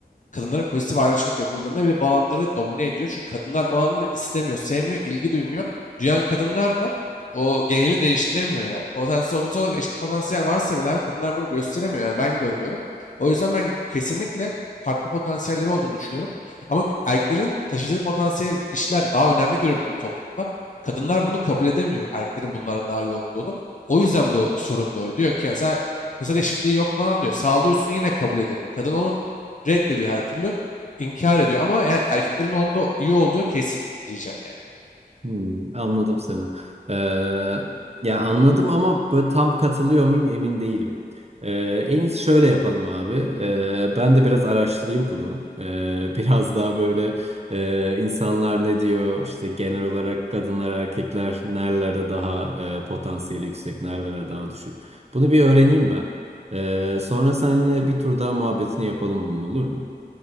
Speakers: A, on the left; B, on the right.
A: kadınlara pozitif ayrımcılık yapıldığında bile bu alanları domine ediyor. Çünkü kadınlar bu alanları istemiyor, sevmiyor, ilgi duymuyor. Duyan kadınlar da o geneli değiştiremiyor yani. Potansiyel, toplumsal olarak eşit potansiyel varsa bile abi kadınlar bunu gösteremiyor. Yani ben görmüyorum. O yüzden ben kesinlikle farklı potansiyelleri olduğunu düşünüyorum. Ama erkeklerin taşıdığı potansiyel işler daha önemli görüldüğünde toplumda. Kadınlar bunu kabul edemiyor. Erkeklerin bunlara daha iyi olduğunu. O yüzden bu sorun doğuyor. Diyor ki mesela fırsat eşitliği yok falan diyor. Sağlıyorsun yine kabul edemiyor. Kadın onu reddediyor her türlü. İnkar ediyor ama yani erkeklerin onda iyi olduğu kesin diyeceğim yani.
B: Hmm, anladım seni. Ee, ya anladım ama böyle tam katılıyor muyum emin değilim. Ee, en iyisi şöyle yapalım abi. Ee, ben de biraz araştırayım bunu. Ee, <laughs> biraz daha böyle e, insanlar ne diyor işte genel olarak kadınlar erkekler nerelerde daha e, potansiyeli yüksek nerelerde daha düşük. Bunu bir öğreneyim ben. Ee, sonra seninle bir tur daha muhabbetini yapalım bunun olur mu?